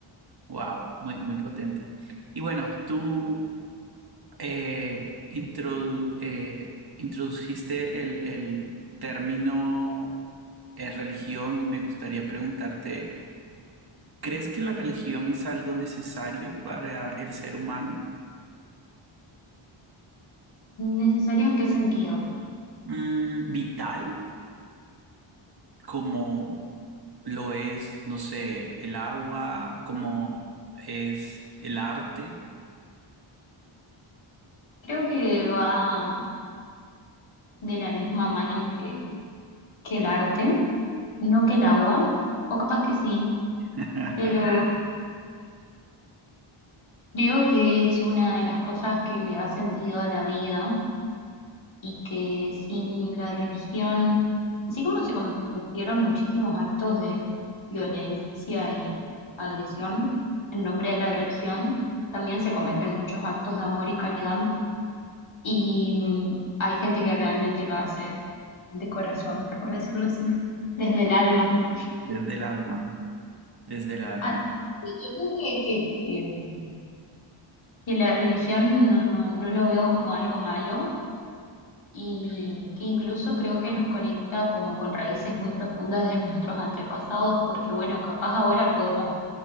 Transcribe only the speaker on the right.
wow, muy, muy potente. Y bueno, tú eh, introdu- eh, introduciste el, el término eh, religión y me gustaría preguntarte, ¿crees que la religión es algo necesario para el ser humano?
Mm, ¿vital? como lo es, no sé, el agua, como es el arte,
<laughs>
desde el alma, desde el alma.